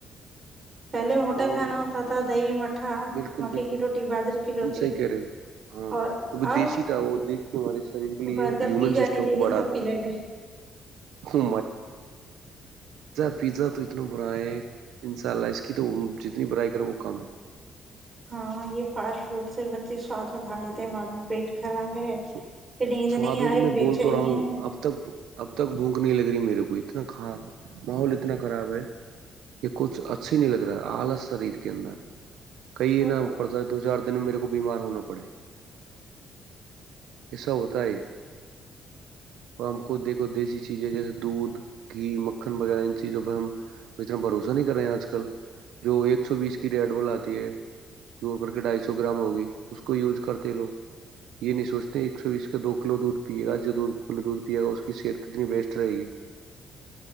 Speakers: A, on the right; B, on the right.
A: پہلے موٹا
B: اور
A: کھانا ہوتا تھا دہی مٹھا
B: بالکل
A: مکے
B: بالکل
A: کی روٹی باجرے کی روٹی
B: تم صحیح کہہ رہے ہو ہاں
A: اور
B: تمہیں
A: اب
B: دیسی تھا وہ دیسی ہمارے سائز کے لیے
A: برگر
B: ہیومن
A: پیزا
B: سسٹم
A: نے لے
B: کو
A: لی
B: بڑھاتا
A: سب کی
B: ہے
A: جگہ
B: ویزا تو اتنا برا ہے انشاءاللہ اس کی تو جتنی برائی کرو وہ کم ہے
A: ہاں یہ فاش روٹ سے بچے ساتھ میں کھا لیتے ہیں بعد میں پیٹ نیند
B: ہے سواد
A: نہیں
B: میں
A: ا
B: تو
A: رہی
B: میں
A: بے
B: بول
A: چینی
B: تو رہا ہوں
A: ہے
B: اب تک اب تک بھوک نہیں لگ رہی میرے کو اتنا کھار ماحول اتنا خراب ہے کہ کچھ اچھی نہیں لگ رہا ال سریر کے اندر کئیے
A: وہ
B: نا
A: تو
B: اوپر سے دو چار دن میرے وہ بیمار ہونا پڑے ایسا ہوتا ہے تو ہم کو دیکھو دیسی چیز ہے جیسے دودھ کی مکھن وغیرہ ان چیزوں پر ہم وترم بروز کریں اج کل جو ایکسنیس کی گیٹ والا تو کر کے ڈھائی سو گرام ہو گئی اس کو یوز کرتے رہو سوچتے ہیں ایک سو بیس کے دو کلو دودھ پیے گا جو دو کلو دودھ پیا کی صحت کتنی بیسٹ رہے گی